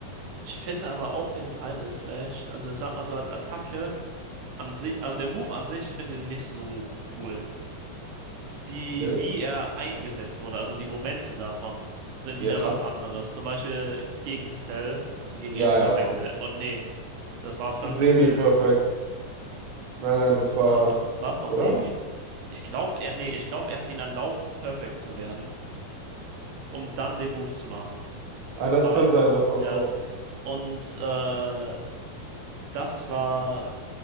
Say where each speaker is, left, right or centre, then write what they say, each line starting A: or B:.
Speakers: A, on the right; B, on the right.
A: Ich finde aber auch den Final Flash, also ich sag mal so als Attacke an sich, also der Move an sich, ich finde den nicht so cool. Die,
B: Okay.
A: wie er eingesetzt wurde, also die Momente davon, sind
B: Ja,
A: wieder was anderes. Zum Beispiel gegen Cell, also gegen
B: ja,
A: Imperfect
B: ja, okay.
A: Cell, oder nee. Das war Perfect
B: Semi-perfekt.
A: Cell dann.
B: Nein, nein, das
A: Äh,
B: war,
A: wa- War es noch
B: oder?
A: Semi? Ich glaube, er, nee, ich glaube, er hat ihn erlaubt, perfekt zu werden, um dann den Move zu machen.
B: Ah, das
A: War,
B: kann sein, doch, doch,
A: ja,
B: doch.
A: und äh, das war